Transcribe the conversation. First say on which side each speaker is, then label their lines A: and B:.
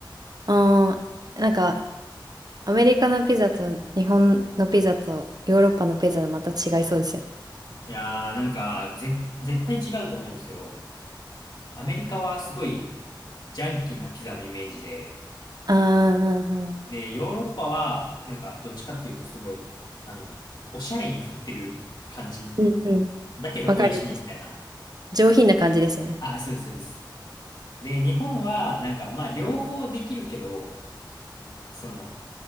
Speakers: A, on the right; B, on the left.
A: あー、なんかアメリカのピザと日本のピザとヨーロッパのピザでまた違いそうですよね。
B: いやー、なんか、ぜ、絶対違うと思うんですよ。アメリカはすごいジャンキーなピザのイメージで、
A: あー、うんうん。
B: で、ヨーロッパはなんかどっちかっていうとすごい、あの、おしゃれに振ってる感じ。
A: うんうん。
B: だけど美味しいみたいな。
A: わかります。上品な感じですよね。
B: ああ、そうです、そうです。で、日本は、なんか、まあ、両方できるけど、その、